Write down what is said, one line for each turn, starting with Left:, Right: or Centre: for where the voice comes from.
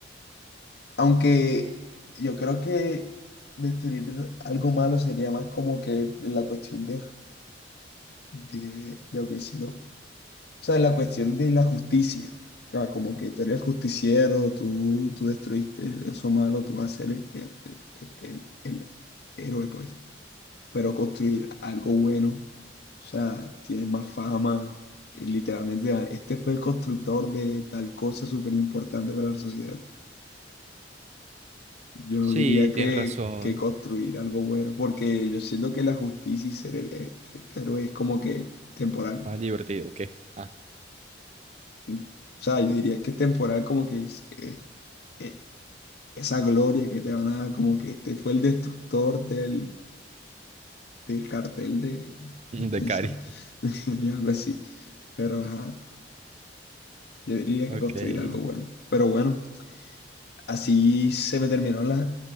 Left: Aunque yo creo que destruir algo malo sería más como que la cuestión de, de, de lo que si no- o sea, la cuestión de la justicia. Ca- Como que tú eres justiciero, tú, tú destruiste eso malo, tú vas a ser el, el, el- el- el héroe, pues. Pero construir algo bueno, o sea, tienes más fama, y literalmente, ah, este fue el constructor de tal cosa súper importante para la sociedad. Yo no
Right: Sí,
Left: diría que,
Right: tienes razón.
Left: que construir algo bueno, porque yo siento que la justicia y ser el, he- el héroe es como que temporal.
Right: Más divertido que. Ah,
Left: Mm. O sea, yo diría que temporal como que es eh, eh, esa gloria que te van a dar, como que este fue el destructor del, del cartel de, no,
Right: <laughs>
Left: quién
Right: de Cari.
Left: sabe, <laughs> y algo así. Pero ajá, yo diría
Right: Ok,
Left: que construir
Right: está
Left: algo bueno. Pero bueno, así se me terminaron las,